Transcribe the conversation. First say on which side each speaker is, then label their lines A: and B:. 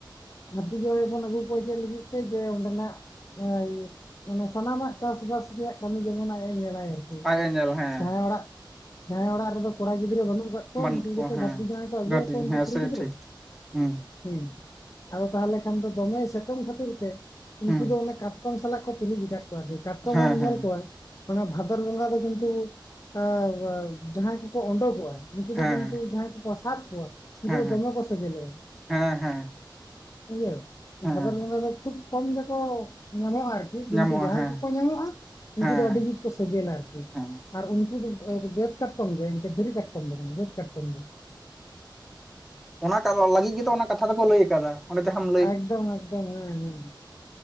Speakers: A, on the left; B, in the centre.
A: ᱜᱷᱟᱹᱨᱫᱤ ᱡᱟᱶᱟᱭ ᱵᱚᱱ ᱟᱹᱜᱩ ᱠᱚᱣᱟ ᱪᱮᱫ ᱞᱟᱹᱜᱤᱫ ᱛᱮ ᱡᱮ ᱚᱸᱰᱮᱱᱟᱜ ᱚᱭ ᱚᱱᱮ ᱥᱟᱱᱟᱢᱟᱜ ᱪᱟᱥᱵᱟᱥ ᱨᱮᱭᱟᱜ ᱠᱟᱹᱢᱤ ᱡᱮᱢᱚᱱ ᱟᱭᱮ ᱧᱮᱞᱟᱭ ᱟᱨᱠᱤ,
B: ᱟᱡ ᱮᱸᱜᱮᱞ ᱦᱮᱸ
A: ᱡᱟᱦᱟᱸᱭ ᱚᱲᱟᱜ ᱡᱟᱸᱦᱟᱭ ᱚᱲᱟᱜ ᱨᱮᱫᱚ ᱠᱚᱲᱟ ᱜᱤᱫᱨᱟ ᱵᱟᱱᱩᱜ ᱠᱟᱜ ᱠᱚ
B: ᱵᱟᱹᱱᱩᱜ
A: ᱩᱱᱠᱩ
B: ᱠᱚᱣᱟ
A: ᱜᱮ
B: ᱦᱮᱸ
A: ᱜᱷᱟᱹᱨᱫᱤ ᱡᱟᱶᱟᱭ ᱠᱚ ᱟᱜᱩ
B: ᱜᱟᱹᱫᱤ
A: ᱟᱠᱚᱣᱟ ᱩᱱᱠᱩ
B: ᱦᱮᱸ
A: ᱠᱩᱲᱤ
B: ᱥᱮ
A: ᱜᱤᱫᱽᱨᱟᱹ᱾
B: ᱴᱷᱤᱠ ᱦᱩᱸ
A: ᱦᱩᱭ ᱟᱫᱚ ᱛᱟᱦᱚᱞᱮ ᱠᱷᱟᱱ ᱫᱚ ᱫᱚᱢᱮ ᱥᱤᱛᱩᱝ ᱠᱷᱟᱹᱛᱤᱨ ᱛᱮ ᱩᱱᱠᱩ
B: ᱦᱩᱸ
A: ᱫᱚ ᱚᱱᱮ ᱠᱟᱴ ᱠᱟᱴᱠᱚᱢ ᱥᱟᱞᱟᱜ ᱠᱚ ᱛᱩᱞᱩ ᱡᱟᱠᱟᱫ ᱠᱚᱣᱟ, ᱠᱟᱴᱠᱚᱢ
B: ᱦᱮᱸ
A: ᱦᱚᱢ
B: ᱦᱮᱸ
A: ᱧᱮᱞ ᱠᱚᱣᱟ ᱚᱱᱮ ᱵᱷᱟᱫᱚᱨ ᱵᱚᱸᱜᱟ ᱫᱚ ᱠᱤᱱᱛᱩ ᱮᱸ ᱡᱟᱦᱟᱸᱭ ᱜᱮᱠᱚ ᱚᱰᱚᱜᱚᱜᱼᱟ ᱩᱱᱠᱩ
B: ᱦᱮᱸ
A: ᱫᱚ ᱠᱤᱱᱛᱩ ᱡᱟᱸᱦᱟ ᱠᱚᱠᱚ ᱥᱟᱵ ᱠᱚᱣᱟ ᱩᱱᱠᱩ
B: ᱦᱮᱸ
A: ᱫᱚ ᱫᱚᱢᱮ ᱠᱚ ᱥᱮᱵᱮᱞᱚᱜᱼᱟ᱾
B: ᱦᱮᱸ ᱦᱮᱸ
A: ᱯᱩᱱᱤᱭᱟᱹ,
B: ᱦᱮᱸ
A: ᱵᱷᱟᱫᱚᱨ ᱵᱚᱸᱜᱟ ᱫᱚ ᱠᱷᱩᱵ ᱠᱚᱢ ᱜᱮᱠᱚ ᱧᱟᱢᱚᱜᱼᱟ ᱟᱨᱠᱤ, ᱠᱤᱱᱛᱩ
B: ᱧᱟᱢᱚᱜᱼᱟ
A: ᱡᱟᱦᱟᱸ
B: ᱦᱮᱸ
A: ᱠᱚ ᱠᱚ ᱧᱟᱢᱚᱜᱼᱟ ᱩᱱᱠᱩ
B: ᱦᱮᱸ
A: ᱫᱚ ᱟᱹᱰᱤ ᱥᱮᱵᱮᱞᱟ ᱟᱨ ᱠᱤ
B: ᱦᱮᱸ
A: ᱩᱱᱠᱩ ᱫᱚ ᱜᱮᱫ <unintelligible> ᱠᱟᱴᱠᱚᱢ ᱜᱮ ᱫᱷᱤᱨᱤ ᱠᱟᱴᱠᱚᱢ ᱫᱚ ᱵᱟᱝ ᱵᱟᱹᱫ ᱠᱟᱴᱠᱚᱢ ᱜᱮ᱾
B: ᱚᱱᱟ ᱠᱟᱨᱚᱱ ᱞᱟᱹᱜᱤᱫ ᱜᱮᱛᱚ ᱚᱱᱟ ᱠᱟᱛᱷᱟ ᱫᱚᱠᱚ ᱞᱟᱹᱭ ᱟᱠᱟᱫᱟ ᱚᱱᱰᱮ ᱡᱟᱸᱦᱟᱢ
A: ᱮᱠᱫᱚᱢ ᱮᱠᱫᱚᱢ ᱦᱮᱸ ᱦᱮᱸ᱾